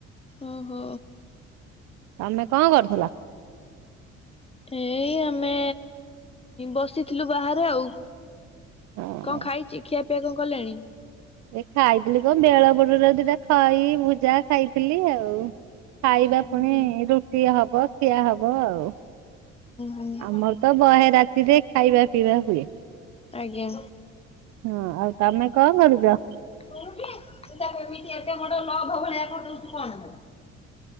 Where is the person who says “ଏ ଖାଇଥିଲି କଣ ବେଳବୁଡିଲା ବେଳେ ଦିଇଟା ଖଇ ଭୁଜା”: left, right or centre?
Right